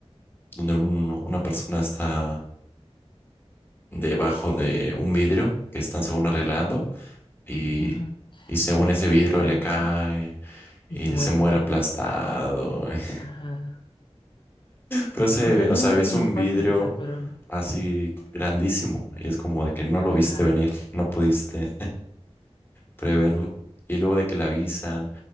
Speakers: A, on the left; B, on the left.
A: donde un- una persona está debajo de un vidrio que están según arreglando y
B: Ajá.
A: y según
B: Y le,
A: ese
B: se
A: vidrio
B: le cae,
A: le cae
B: ¿no?
A: y
B: Y se muere
A: se muere
B: según.
A: aplastado. <laughs>
B: Ajá.
A: Pero ese,
B: O sea, no
A: o sea,
B: dudo
A: ves
B: que
A: un
B: no pase,
A: vidrio
B: o sea, pero...
A: así grandísimo y es como de que no lo
B: Ajá.
A: viste venir, no pudiste. preverlo. Y luego de que le avisan